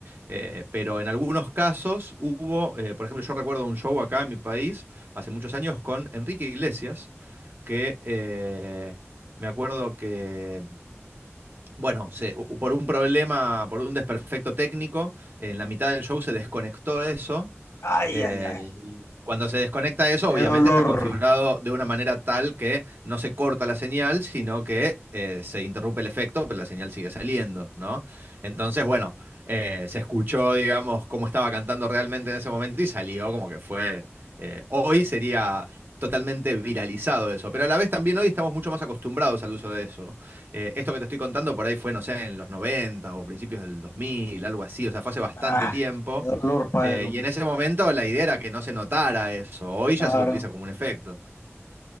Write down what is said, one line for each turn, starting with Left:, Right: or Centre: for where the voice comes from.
Right: Eh, pero en algunos casos hubo, eh, por ejemplo, yo recuerdo un show acá en mi país hace muchos años con Enrique Iglesias, que eh, me acuerdo que, bueno, se- u- por un problema, por un desperfecto técnico, en la mitad del show se desconectó eso
Left: Ay,
Right: eh,
Left: ay, ay.
Right: y cuando se desconecta eso,
Left: Qué
Right: obviamente
Left: dolor.
Right: está configurado de una manera tal que no se corta la señal, sino que eh, se interrumpe el efecto, pero la señal sigue saliendo, ¿no? Entonces, bueno, eh, se escuchó, digamos, cómo estaba cantando realmente en ese momento y salió como que fue... eh, hoy sería totalmente viralizado eso, pero a la vez también hoy estamos mucho más acostumbrados al uso de eso. Eh, esto que te estoy contando por ahí fue, no sé, en los 90 o principios del 2000, algo así, o sea, fue hace bastante
Left: Ah,
Right: tiempo.
Left: qué dolor para
Right: Eh,
Left: el hombre.
Right: y en ese momento la idea era que no se notara eso. Hoy
Left: Claro.
Right: ya se lo utiliza como un efecto.